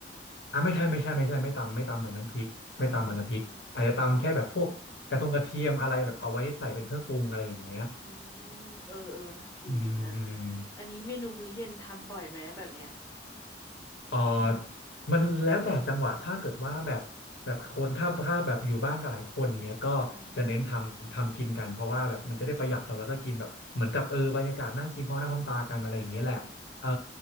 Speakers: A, on the left; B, on the left.
A: อ่าไม่ใช่ไม่ใช่ไม่ใช่ไม่ตำไม่ตำเหมือนน้ำพริกไม่ตำเหมือนน้ำพริกอาจจะตำแค่แบบพวกกระทงกระเทียมอะไรแบบเอาไว้ใส่เป็นเครื่องปรุงอะไรอย่างเงี้ย
B: อ่าโอเคอืมเออเออน่ากินดีนะ
A: อืม
B: อันนี้เมนูมื้อเย็นทำบ่อยไหมแบบเนี้ย
A: เออมันแล้วแต่จังหวะถ้าเกิดว่าแบบแบบคนถ้าถ้าแบบอยู่บ้านกับหลายคนเงี้ยก็จะเน้นทำทำกินกันเพราะว่าแบบมันจะได้ประหยัดเราะแล้วก็กินแบบเหมือนกับเออบรรยากาศนั่งกินพร้อมหน้าพร้อมตากันอะไรอย่างเงี้ยแหละเออ
B: อืมอื